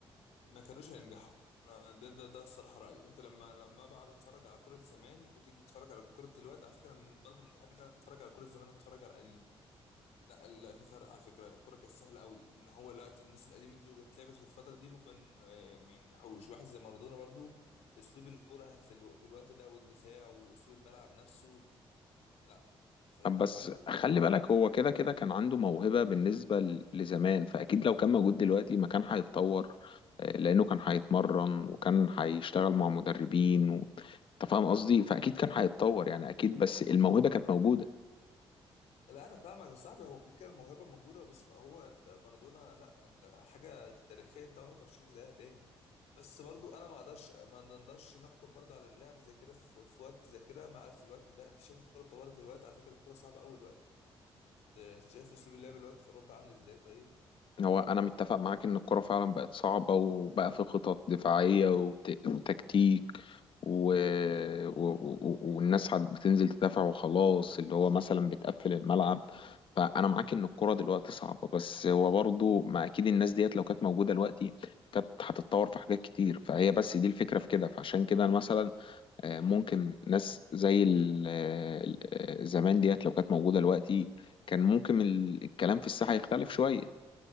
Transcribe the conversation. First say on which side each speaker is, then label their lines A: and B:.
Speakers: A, on the left (about 80°); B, on the left (about 55°).
A: ما كانوش هينجحوا انا ده, ده ده الصراحه رايي انت لما لما بقعد اتفرج على كوره زمان وتيجي تتفرج على كوره دلوقتي على فكره انا من برضه من بحب ان انا اتفرج على كوره زمان اتفرج على القديم لا لا في فرق على فكره الكره كانت سهله قوي ان هو لا الناس القديمه دي لو كانت لعبت في الفتره دي ممكن آه، ما ينجحوش واحد زي مارادونا برضو اسلوب الكره في الو... في الوقت ده والدفاع واسلوب الملعب نفسه لا فاهم
B: بس
A: قصدي
B: خلي بالك هو كده كده كان عنده موهبة بالنسبة ل- لزمان فاكيد لو كان موجود دلوقتي ما كان هيتطور آه، لانه كان هيتمرن وكان هيشتغل مع مدربين و... انت فاهم قصدي فاكيد كان هيتطور يعني اكيد بس الموهبة كانت موجودة
A: لا انا فاهمك يا صاحبي هو كده كده الموهبه موجوده بس ما هو أنت مارادونا لا انت حاجه في تاريخيا انت عمرك ما هتشوف زيها تاني بس برضو انا ما اقدرش ما نقدرش نحكم برضو على اللاعب زي كده في... في وقت زي كده مع في الوقت ده انت شايف الكره اتطورت الوقت على فكره الكره صعبه قوي الوقت انت شايف اسلوب اللعب دلوقتي في اوروبا عامل ازاي طيب
B: هو انا متفق معاك ان الكرة فعلا بقت صعبة وبقى في خطط دفاعية وت- وتكتيك و... و... و... والناس عاد بتنزل تدافع وخلاص اللي هو مثلا بتقفل الملعب فانا معاك ان الكرة دلوقتي صعبة بس هو برضو ما اكيد الناس ديت لو كانت موجودة دلوقتي كانت هتتطور في حاجات كتير فهي بس دي الفكرة في كده فعشان كده مثلا آه، ممكن ناس زي ال- آه، ال- آه، زمان ديت لو كانت موجودة دلوقتي كان ممكن ال- الكلام في الساحة يختلف شوية